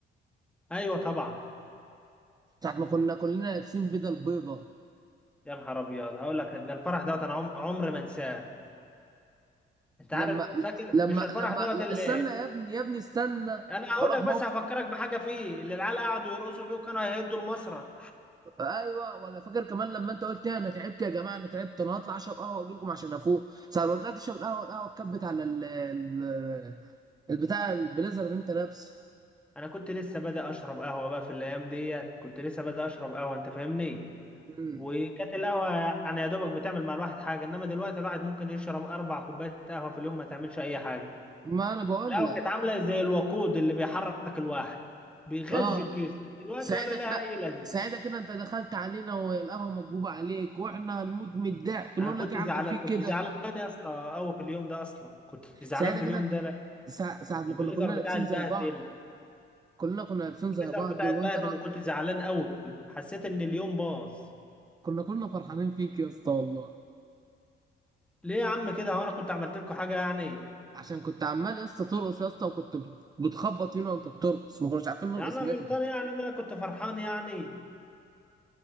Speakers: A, in the centre; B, on the right (about 20°).
A: ايوه طبعا
B: ساعه ما كنا كلنا لابسين بدل بيضه
A: يا نهار ابيض هقول لك ده الفرح دوت انا عم- عمري ما انساه انت
B: لما
A: عارف فاكر
B: لما
A: مش الفرح
B: لما
A: دوت اللي
B: استنى يا ابني يا ابني استنى اقول
A: انا هقول لك
B: لك موقف
A: بس هفكرك بحاجه فيه اللي العيال قعدوا يرقصوا فيه وكانوا هيهدوا المسرح
B: ايوه ولا فاكر كمان لما انت قلت انا تعبت يا جماعه انا تعبت انا هطلع اشرب قهوه واجي لكم عشان افوق ساعه ما طلعت اشرب القهوه القهوه اتكبت على ال ال- البتاع البليزر اللي انت لابسه
A: انا كنت لسه بادئ اشرب قهوه بقى في الايام ديت كنت لسه بادئ اشرب قهوه انت فاهمني
B: مم.
A: وكانت القهوه يعني يا دوبك بتعمل مع الواحد حاجه انما دلوقتي الواحد ممكن يشرب اربع كوبايات قهوه في اليوم ما تعملش اي حاجه
B: ما انا بقول
A: القهوه
B: لك
A: كانت عامله زي الوقود اللي بيحرك الواحد بيغذي
B: اه
A: الجسم دلوقتي
B: ساعتها
A: ولا لها
B: كده
A: اي لازمه
B: ساعتها كده انت دخلت علينا والقهوه مكبوبه عليك واحنا هنموت من الضحك نقول
A: انا كنت
B: لك ايه عمل
A: زعلان
B: فيك
A: كنت
B: كده
A: زعلان يا اسطى قوي في اليوم ده اصلا كنت زعلان
B: ساعتها
A: في
B: كده
A: اليوم ده لأن
B: سا- ساعه ما
A: البليزر
B: كنا كنا
A: بتاع
B: لابسين
A: البهدل
B: زي بعض كلنا كنا لابسين زي
A: البليزر
B: بعض
A: بتاع
B: وانت
A: البهدل
B: رأ...
A: وكنت زعلان قوي حسيت ان اليوم باظ
B: كنا كلنا فرحانين فيك يا اسطى والله
A: ليه يا عم كده هو انا كنت عملت لكم حاجه يعني
B: عشان كنت عمال يا اسطى ترقص يا اسطى وكنت بت- بتخبط فينا وانت بترقص ما كناش عارفين نرقص
A: يعني انا
B: منك
A: غلطان يعني ان انا كنت فرحان يعني